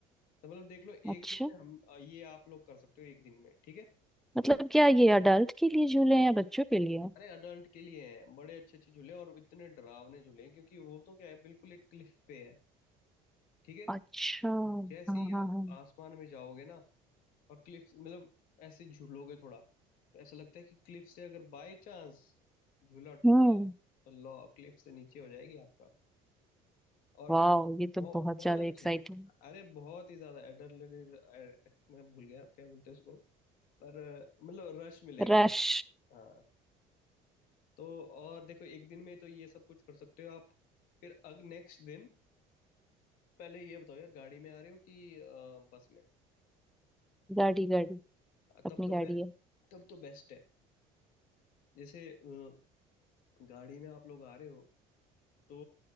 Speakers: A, on the left; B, in the centre.
A: तो मतलब देख लो एक
B: अच्छा
A: दिन में हम अ, ये आप लोग कर सकते हो एक दिन में ठीक है
B: मतलब क्या ये अडल्ट के लिए झूले हैं या बच्चों के लिए
A: अरे अडल्ट के लिए हैं बड़े अच्छे अच्छे झूले और इतने डरावने झूले हैं क्योंकि वो तो क्या है बिल्कुल एक क्लिफ पे है ठीक है
B: अच्छा
A: और जैसे
B: हाँ
A: ही
B: हाँ
A: आप
B: हाँ
A: आसमान में जाओगे ना और क्लिफ मतलब ऐसे झूलोगे थोड़ा तो ऐसा लगता है कि क्लिफ से अगर बाय चांस झूला टूटा
B: हम्म
A: तो लॉ क्लिफ से नीचे हो जाएगी आपका और
B: वाह ये
A: बहुत
B: तो बहुत
A: बहुत
B: ज्यादा
A: अच्छे
B: एक्साइटिंग
A: हैं अरे बहुत ही ज्यादा एड्रेनलिन मैं भूल गया क्या बोलते हैं उसको पर मतलब रश मिलेगा
B: रश
A: आपको हाँ तो और देखो एक दिन में तो ये सब कुछ कर सकते हो आप फिर अग नेक्स्ट दिन पहले ये बताओ यार गाड़ी में आ रहे हो कि अ, बस में
B: गाड़ी गाड़ी अपनी
A: तब तो
B: गाड़ी
A: बे,
B: है
A: तब तो बेस्ट है जैसे अ, गाड़ी में आप लोग आ रहे हो तो